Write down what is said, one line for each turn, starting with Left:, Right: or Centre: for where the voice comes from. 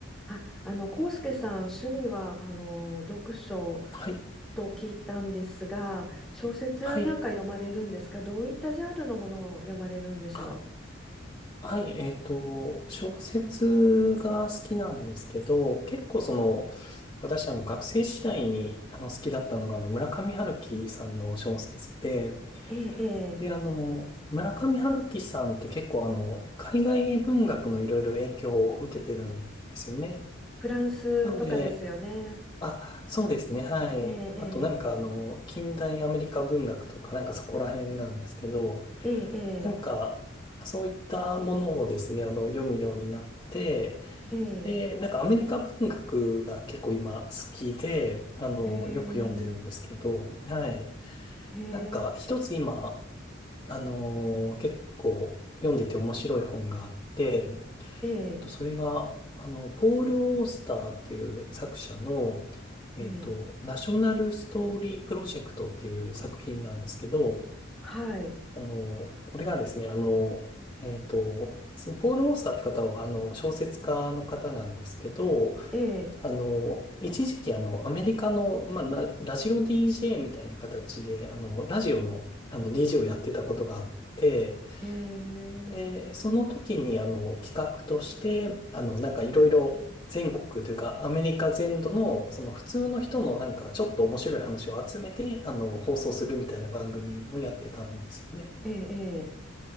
Centre: あ、あの、康介さん、趣味は、あの、読書
Left: はい。
Centre: と聞いたんですが、小説なんか読まれるんですかどういったジャンルのものを読まれるんでしょ
Left: はい。あ、はい。えっと、小説が好きなんですけど、結構その、私、あの、学生時代に、あの、好きだったのが、あの、村上春樹さんの小説で、
Centre: うええ、ええ、
Left: で、あの、村上春樹さんって結構、あの、海外文学のいろいろ影響を受けてるんですよね。
Centre: フランスとかですよね。
Left: なので、あ、そうですね。はい。
Centre: ええ、
Left: あと、なんか、あの、近代アメリカ文学とか、なんかそこら辺なんですけど、
Centre: ええ、ええ、
Left: なんか、そういったものをですね、あの、読むようになって、
Centre: ええ、
Left: で、なんかアメリカ文学が結構今好きで、あの、
Centre: ええ、
Left: よく読んでるんですけど、
Centre: へ
Left: はい。
Centre: え
Left: なんか、一つ今、あの、結構読んでて面白い本があって、えっとそれが、
Centre: ええ、
Left: あの、ポール・オースターっていう作者の、
Centre: ええ、
Left: えっと、ナショナルストーリープロジェクトっていう作品なんですけど、
Centre: はい、
Left: あの、これがですね、あの、えっと、そのポール・オースターって方は、あの、小説家の方なんですけど、
Centre: ええ、
Left: あの、一時期、あの、アメリカの、まあ、ラ、ラジオ DJ みたいな形で、あの、ラジオの、あの、DJ をやってたことがあって、
Centre: ええ、
Left: で、その時に、あの、企画として、あの、なんかいろいろ全国というか、アメリカ全土の、その普通の人のなんかちょっと面白い話を集めて、あの、放送するみたいな番組をやってたんですよね。
Centre: ええ、